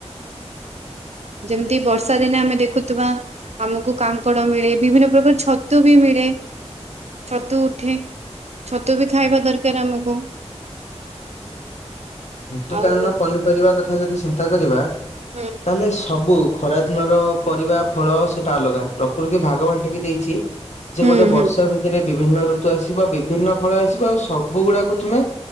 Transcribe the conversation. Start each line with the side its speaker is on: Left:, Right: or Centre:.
Right: ଯେମିତି ବର୍ଷା ଦିନେ ଆମେ ଦେଖୁଥିବା ଆମକୁ କାଙ୍କଡ ମିଳେ ବିଭିନ୍ନ ପ୍ରକାର ଛତୁ ବି ମିଳେ ଛତୁ ଉଠେ ଛତୁ ବି ଖାଇବା ଦରକାର ଆମକୁ
Left: ଋତୁକାଳନ
Right: ଆଉ
Left: ପନିପରିବା କଥା ଯଦି ଚିନ୍ତା କରିବା
Right: ହୁଁ
Left: ତାହେଲେ ସବୁ ଖରାଦିନର ପରିବା ଫଳ ସେଟା ଅଲଗା ପ୍ରକୃତି ଭାଗବାନ ଟିକି ଦେଇଛି। ସେ
Right: ହୁଁ
Left: ଗୋଟେ ବର୍ଷ
Right: ହୁଁ
Left: ଭିତରେ ବିଭିନ୍ନ ଋତୁ ଆସିବ ବିଭିନ୍ନ ଫଳ ଆସିବ ଆଉ ସବୁ ଗୁଡାକୁ ତୁମେ